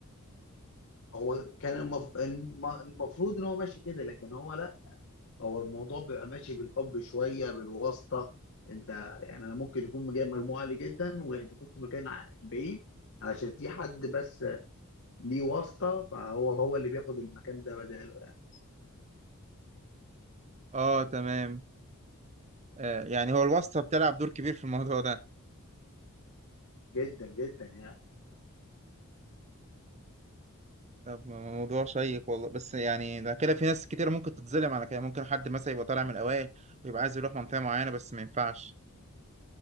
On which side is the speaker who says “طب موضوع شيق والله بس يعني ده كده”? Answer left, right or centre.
Right